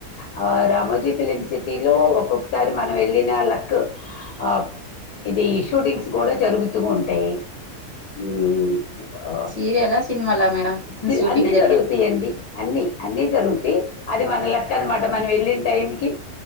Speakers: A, on the left (about 75°); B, on the left (about 30°).
A: ఆ రామోజీ ఫిలిమ్ సిటీ లో ఒక్కొక్కసారి మనం వెళ్ళిన లక్ ఆ ఇది షూటింగ్స్ కూడా జరుగుతూ ఉంటాయి ఉమ్ ఉమ్ బో
B: సీరియలా సినిమాలా మేడం
A: స్
B: షూటింగ్
A: అన్ని
B: జరిగేది
A: దొరుకుతాయండి అన్ని అన్నీ జరుగుతయి అది వాళ్ళ లక్ అనమాట మనం వెళ్ళిన టైంకి